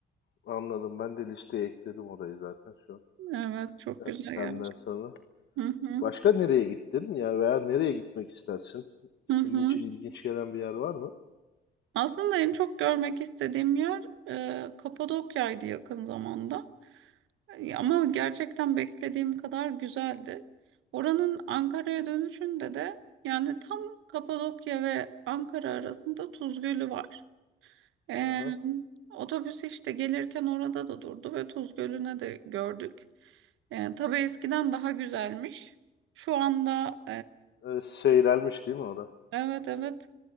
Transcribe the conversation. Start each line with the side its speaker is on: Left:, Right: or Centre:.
Left: Anladım. Ben de listeye ekledim orayı zaten şu an.
Right: Evet çok
Left: Sen-
Right: güzel
Left: senden
Right: gerçekten.
Left: sonra.
Right: Hı hı.
Left: Başka nereye gittin? Yani veya nereye gitmek istersin? Senin
Right: Hı hı.
Left: için ilginç gelen bir yer var mı?
Right: Aslında en çok görmek istediğim yer e, Kapadokya'ydı yakın zamanda. Ama gerçekten beklediğim kadar güzeldi. Oranın Ankara'ya dönüşünde de yani tam Kapadokya ve Ankara arasında Tuz Gölü var. Ee,
Left: Aha.
Right: otobüs işte gelirken orada da durdu ve Tuz Gölü'ne de gördük. Ee, tabii eskiden daha güzelmiş. Şu anda
Left: E, seyrelmiş değil mi o da?
Right: Evet evet.